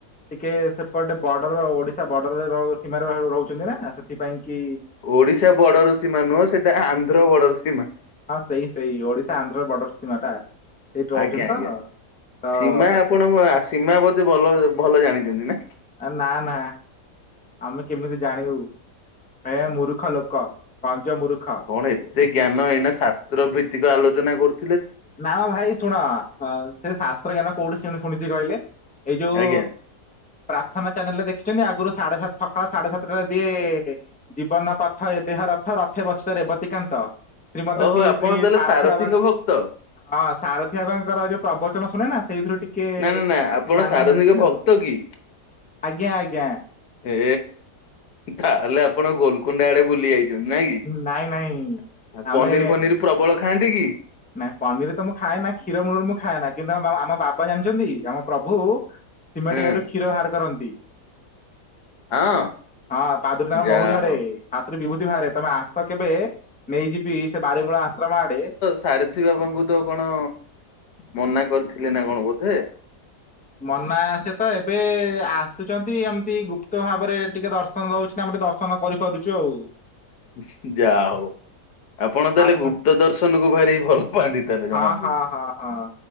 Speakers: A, in the centre; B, on the left.
A: ଟିକେ ସେପଟେ ବର୍ଡର ଓଡିଶା ବର୍ଡରରେ ର ସୀମାରେ ରହୁଛନ୍ତି ନା। ସେଥିପାଇଁ କି
B: ଓଡିଶା ବଡର ସୀମା ନୁହଁ ସେଟା ଆନ୍ଧ୍ର ବଡର ସୀମା।
A: ହଁ ସେଇ ସେଇ ଓଡିଶା ଆନ୍ଧ୍ର ବର୍ଡର ସୀମା ଟା ସେଇଠି ରହୁଛନ୍ତି
B: ଆଜ୍ଞା ଆଜ୍ଞା
A: ତ ତ
B: ସୀମା ଆପଣ
A: ସେ
B: ସୀମା ବତେ ଭଲ ଭଲ ଜାଣିଛନ୍ତି ନା।
A: ନା ନା। ଆମେ କେମିତି ଜାଣିବୁ ଆଜ୍ଞା ମୁୂରୁଖ ଲୋକ ମୂର୍ଖ।
B: କଣ ଏତେ ଜ୍ଞାନ ଏଇନା ଶାସ୍ତ୍ର ଭିତ୍ତିକ ଆଲୋଚନା କରୁ
A: ନା ଭାଇ ଶୁଣ ସେ ଶାସ୍ତ୍ର ଜ୍ଞାନ କୋଉଠି ଶୁଣିଛି କହିଲେ ଏଇ ଯୋଉ
B: ଆଜ୍ଞା
A: ପ୍ରାର୍ଥନା ଚ୍ୟାନେଲରେ ଦେଖିଛନ୍ତି ଆଗରୁ ସାଢେ ସାତ ସାଢେ ସାତଟାରେ ଦିଏ ଜୀବନ ପଥ ଏ ଦେହ ରଥ ରଥ ବସିିଲ ରେବତୀକାନ୍ତ। ଶ୍ରୀମନ୍ତ
B: ଓହୋ
A: ସି
B: ଆପଣ
A: ଶ୍ରୀ
B: ତାହେଲେ
A: ସାରଥି
B: ସାରଥିୀଙ୍କ
A: ବାବା
B: ଭକ୍ତ?
A: ହଁ ସାରଥିଆ ବାଙ୍କର ଯୋଉ ପ୍ରବଚନ ଶୁଣେ ନା ସେଇଥିରୁ ଟିକେ
B: ନା ନା ନା ଆପଣ
A: ଜ୍ଞାନ
B: ସାରଥିଙ୍କ
A: ମିଳୁଛି ଆଉ
B: ଭକ୍ତ କି?
A: ଆଜ୍ଞା ଆଜ୍ଞା।
B: ହେ ତାହେଲେ ଆପଣ ଗୋଲକୁଣ୍ଡା ଆଡେ ବୁଲି ଯାଇଛି। ନାଇଁ କି
A: ନାଇଁ ନାଇଁ ଆମେ
B: ପନିର ଫନିର ପ୍ରବଳ ଖାଆନ୍ତି। କି?
A: ନାଇଁ ପନିର ତ ମୁଁ ଖାଏ ନା କ୍ଷୀର ମୂଳରୁ ମୁଁ ଖାଏନାଁ କିନ୍ତୁ ଆମ ବା ପା ଜାଣିଛନ୍ତି ଆମ ପ୍ରଭୁ ସିମେଣ୍ଟ
B: ହୁଁ
A: ୟାରୁ କ୍ଷୀର ବାହାର କରନ୍ତି।
B: ହଁ
A: ହଁ ପାଦରୁ ତାଙ୍କ
B: ଯାହା
A: ମହୁ ଝରେ
B: ହଉ।
A: ହାତରୁ ବିଭୂତି ବାହାରେ ତମେ ଆ ତ କେବେ ନେଇଯିବି ସେ ବାରିମୂଳା ଆଶ୍ରମ ଆଡେ
B: ସାରଥି ବାବାଙ୍କୁ ତ କଣ ମନା କରିଥିଲେ ନା କଣ ବୋଧେ।
A: ମନା ସେ ତ ଏବେ ଆ ଆସୁଛନ୍ତି ଏମିତି ଗୁପ୍ତ ଭାବରେ ଟିକେ ଦର୍ଶନ ଦଉଛନ୍ତି ଆମେ ଟିକେ ଦର୍ଶନ କରିପାରୁଛୁ ଆଉ।
B: ଉହୁଁ ଯା ହଉ ଆପଣ ତାହେଲେ
A: ଆପ
B: ଗୁପ୍ତ ଦର୍ଶନ କୁ ଭାରି ଭଲ ପାଆନ୍ତି ତାହେଲେ ଜଣା
A: ହଁ
B: ପଡୁଛି।
A: ହଁ ହଁ ହଁ।